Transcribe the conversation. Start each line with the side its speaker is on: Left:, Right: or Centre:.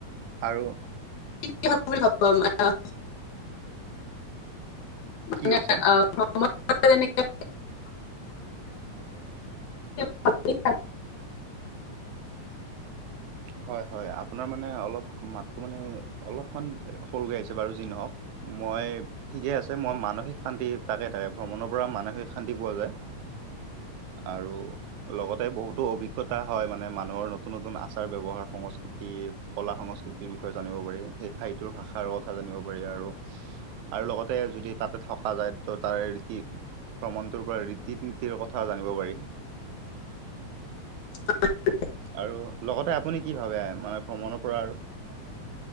Right: আৰু
Left: <unintelligible> বুলি ভাবিব আমাক। মানে
Right: কি কৈছে
Left: আ অসমত টো তেনেকে! <unintelligible>
Right: হয় হয় আপোনাৰ মানে অলপ মাতটো মানে অলপমান সৰু কে আহিছে বাৰু যি নহওক। মই ঠিকে আছে মই মানসিক শান্তি তাকে তাকে ভ্ৰমণৰ পৰা মানসিক শান্তি পোৱা যায়। আৰু লগতে বহুতো অভিজ্ঞতা হয় মানে মানুহৰ নতুন নতুন আছে। আচাৰ ব্যৱহাৰ সংস্কৃতি কলা সংস্কৃতিৰ বিষয়ে জানিব পাৰি সেই ঠাইতৰ ভাষাৰ লগত। কথা জানিব পাৰি আৰু আৰু লগতে যদি তাতে থকা যায় ত তাৰে কি! ভ্ৰমণটোৰ পৰা ৰীতি নীতিৰ কথা জানিব পাৰি।
Left: <inaudible>
Right: আৰু লগতে আপ! আপুনি কি ভাবে মানে ভ্ৰমণৰ পৰা আৰু